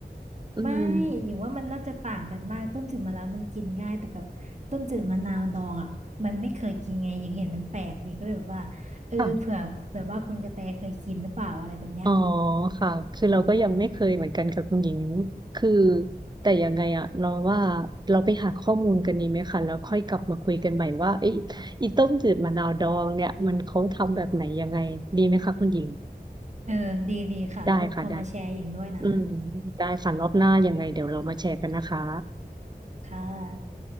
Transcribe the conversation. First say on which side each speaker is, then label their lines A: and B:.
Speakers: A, on the right (about 25°); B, on the right (about 45°).
A: อืม
B: ไม่อย่างว่ามันน่าจะต่างกันมากต้มจืดมะนาวมันกินง่ายแต่แบบต้มจืดมะนาวดองอ่ะมันไม่เคยกินไงยังเห็นมันแปลกดีก็เลยแบบว่าเออเผื่อแบบว่าคุณกระแตเคยกินหรือเปล่าอะไรแบบเนี้ย
A: ค่ะ อ๋อค่ะคือเราก็ยังไม่เคยเหมือนกันกับคุณหญิงคือแต่ยังไงอะเราว่าเราไปหาข้อมูลกันดีไหมคะแล้วค่อยกลับมาคุยกันใหม่ว่าไอ้อีต้มจืดมะนาวดองเนี่ยมันเขาทำแบบไหนยังไงดีไหมคะคุณหญิง
B: เออดีดีค่ะแบบเอามาแชร์หญิงด้วยนะ
A: ได้ค่ะได้ค่ะอืมได้ค่ะรอบหน้ายังไงเดี๋ยวเรามาแชร์กันนะคะ
B: ค่ะ